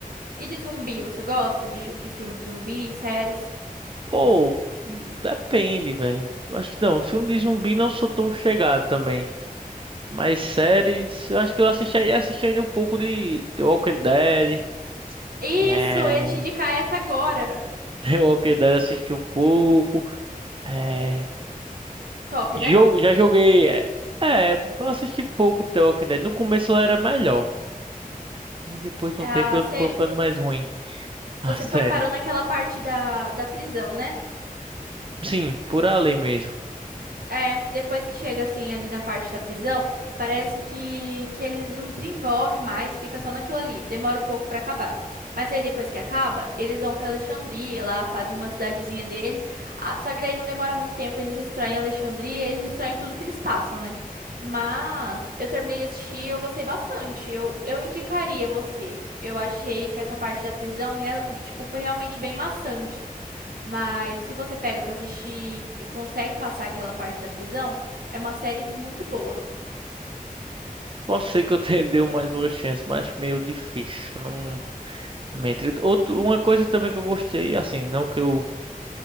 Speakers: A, on the right (about 80°); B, on the right (about 35°).
A: E de zumbi, você gosta de, de filme de zumbi, séries?
B: Pô, depende, velho. Eu Acho que não, filme de zumbi não sou tão chegado também. Mas séries, eu acho que eu assisti, assisti ainda um pouco de The Walking Dead.
A: Isso,
B: É,
A: eu ia te indicar essa agora.
B: <laughs> The Walking Dead assisti um pouco. É,
A: Top,
B: jogo,
A: né?
B: já joguei. É, é, eu assisti pouco de The Walking Dead. No começo ela era melhor. Depois de
A: Ah,
B: um tempo eu
A: você,
B: ficou ficando mais ruim. A
A: você
B: série.
A: foi parou naquela parte da, da prisão, né?
B: Sim, por ali mesmo.
A: É, depois que chega assim ali na parte da prisão, parece que, que ele não desenvolve mais, fica só naquilo ali. Demora um pouco pra acabar. Mas aí depois que acaba, eles vão pra Alexandria, lá fazem uma cidadezinha deles. Ah, Só que daí não demora muito tempo, eles destroem Alexandria, eles destroem tudo que eles passam, né? Mas eu terminei de assistir, e eu gostei bastante. Eu, eu indicaria você. Eu achei que essa parte da prisão, real- tipo, foi realmente bem maçante. Mas se você pega pra assistir e consegue passar aquela parte da prisão, é uma série muito boa.
B: Pode ser que eu te dê <laughs> mais uma chance, mas meio difícil. Não mente. Outro, uma coisa também que eu gostei, assim, não que eu,